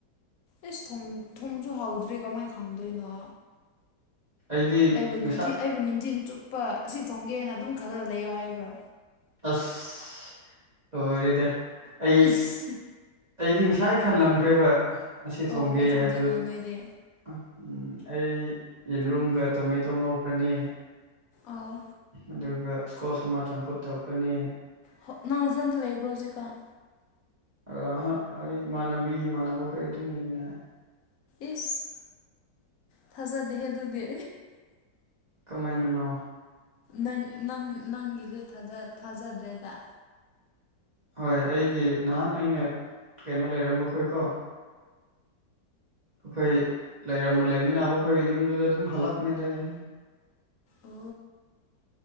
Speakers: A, on the left; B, on the right.
A: ꯑꯦꯁ ꯊꯣꯡ ꯊꯣꯡꯁꯨ ꯍꯥꯎꯗ꯭ꯔꯤ ꯀꯃꯥꯏ ꯈꯪꯗꯣꯏꯅꯣ
B: ꯑꯩꯗꯤ
A: ꯑꯩꯕꯨ ꯅꯨꯡꯊꯤ
B: ꯉꯁꯥꯏ
A: ꯑꯩꯕꯨ ꯅꯨꯡꯊꯤꯜ ꯆꯨꯞꯄ ꯑꯁꯤ ꯊꯣꯡꯒꯦꯅ ꯑꯗꯨꯝ ꯈꯜꯂ ꯂꯩꯌꯣ ꯍꯥꯏꯕ꯭ꯔꯣ
B: ꯑꯁ ꯂꯣꯏꯔꯦꯗ ꯑꯩ
A: ꯏꯁ
B: ꯑꯩꯗꯤ ꯉꯁꯥꯏ ꯈꯜꯂꯝꯈ꯭ꯔꯦꯕ ꯑꯁꯤ ꯊꯣꯡꯒꯦ
A: ꯑꯣ ꯀꯩ ꯊꯣꯡꯗꯣꯏꯅꯣ
B: ꯍꯥꯏꯗꯣ
A: ꯅꯣꯏꯗꯤ
B: ꯎꯝ ꯑꯩ ꯌꯦꯟꯔꯨꯝꯒ ꯇꯣꯃꯦꯇꯣ ꯉꯧꯈ꯭ꯔꯅꯤ
A: ꯑꯣ
B: ꯑꯗꯨꯒ ꯏꯁꯀꯣꯁ ꯑꯃ ꯆꯝꯐꯨꯠ ꯇꯧꯈ꯭ꯔꯅꯤ
A: ꯍꯣ ꯅꯪꯊꯟꯇ ꯂꯩꯕ꯭ꯔꯣ ꯍꯧꯖꯤꯛꯀꯥꯟ
B: ꯑꯥꯍꯥ ꯑꯩ ꯏꯃꯥꯟꯅꯕꯤ ꯏꯃꯥꯟꯅꯕ ꯈꯣꯏꯒ ꯑꯗꯨꯝ ꯂꯩꯃꯤꯟꯅꯩꯌꯦ
A: ꯏꯁ ꯊꯖꯗꯦꯍꯦ ꯑꯗꯨꯗꯤ
B: ꯀꯃꯥꯏꯅꯅꯣ
A: ꯅꯪ ꯅꯪ ꯅꯪꯒꯤꯁꯦ ꯊꯥꯖ ꯊꯥꯖꯗ꯭ꯔꯦꯗ
B: ꯍꯣꯏ ꯑꯩꯒꯤ ꯅꯍꯥꯟ ꯑꯩꯅ ꯀꯩꯅꯣ ꯂꯩꯔꯝꯕꯈꯣꯏꯀꯣ ꯑꯩꯈꯣꯏ ꯂꯩꯔꯝꯕ ꯂꯩꯃꯤꯟꯅꯕ ꯈꯣꯏ ꯌꯨꯝꯗꯨꯗ ꯑꯗꯨꯝ ꯍꯜꯂꯛꯄꯅꯦꯗ ꯍꯦ
A: ꯑꯣ